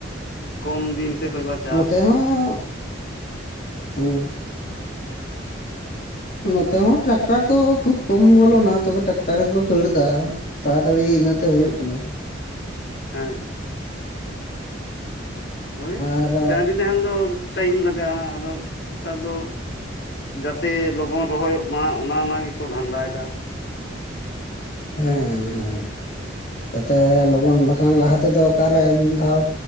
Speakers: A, on the left; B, on the left.
A: ᱠᱚᱢ ᱫᱤᱱ ᱛᱮ ᱦᱩᱭᱩᱜᱼᱟ ᱪᱟᱥ
B: ᱱᱚᱛᱮ ᱦᱚᱸ ᱦᱸ ᱱᱚᱛᱮ ᱦᱚᱸ ᱴᱨᱟᱠᱴᱟᱨ ᱫᱚ ᱠᱷᱩᱵ ᱠᱚᱢ ᱵᱚᱞᱚᱱᱟ ᱛᱚᱵᱮ ᱴᱮᱨᱟᱠᱴᱟᱨ ᱜᱮᱠᱚ ᱠᱷᱟᱹᱲ ᱮᱫᱟ ᱛᱟᱲᱟᱛᱟᱲᱤ ᱤᱱᱟᱹᱛᱮ ᱦᱩᱭᱩᱜ ᱠᱟᱱᱟ
A: ᱦᱮᱸ ᱦᱳᱭ
B: ᱟᱨ
A: ᱰᱟᱝᱨᱤ ᱱᱟᱦᱮᱞ ᱫᱚ ᱴᱟᱭᱤᱢ ᱞᱟᱜᱟᱜᱼᱟ ᱟᱫᱚ ᱱᱮᱛᱟᱨ ᱫᱚ ᱡᱟᱛᱮ ᱞᱚᱜᱚᱱ ᱨᱚᱦᱚᱭᱚᱜ ᱢᱟ ᱚᱱᱟ ᱱᱟ ᱜᱮᱠᱚ ᱫᱷᱟᱱᱫᱟᱭᱮᱫᱟ
B: ᱦᱮᱸ ᱦᱮᱸ ᱡᱟᱛᱮ ᱞᱚᱜᱚᱱ ᱵᱟᱠᱷᱟᱱ ᱞᱟᱦᱟ ᱛᱮᱫᱚ ᱚᱠᱟᱨᱮ ᱢᱤᱫ ᱫᱷᱟᱣ